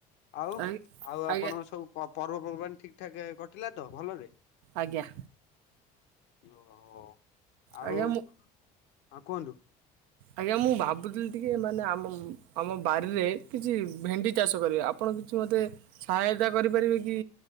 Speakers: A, on the left (about 70°); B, on the right (about 80°).
A: ଆଉ
B: ଆ
A: ଆଉ
B: ଆଜ୍ଞା
A: ଆପଣ ସବୁ ପ ପର୍ବପର୍ବାଣ ଠିକ୍ ଠାକ୍ କଟିଲା ତ ଭଲରେ?
B: ଆଜ୍ଞା।
A: ଓହୋ ଆଉ
B: ଆଜ୍ଞା ମୁଁ
A: ହଁ କୁହନ୍ତୁ?
B: ଆଜ୍ଞା ମୁଁ ଭାବୁଥିଲି ଟିକେ ମାନେ ଆମ ଆମ ବାରିରେ କିଛି ଭେଣ୍ଡି ଚାଷ କରିବା ଆପଣ କିଛି ମୋତେ ସହାୟତା କରିପାରିବେ କି